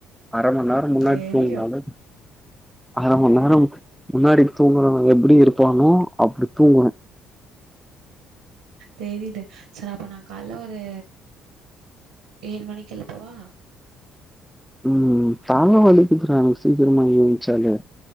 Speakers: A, in the centre; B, on the right.
A: அர மண் நேரோ முன்னாடி
B: தெரியு
A: தூங்கனாலே அரை மண் நேரம் முன்னாடி தூங்குரவன் எப்டி இருப்பானோ அப்டி தூங்குவே
B: தெரியுது சர் அப்ப நா கால்ல ஒரு ஏழு மணிக்கு எழுப்பவா
A: ம் ம் தல வலிக்குதுறா எனக் சீக்ரமா யேன்ச்சாலே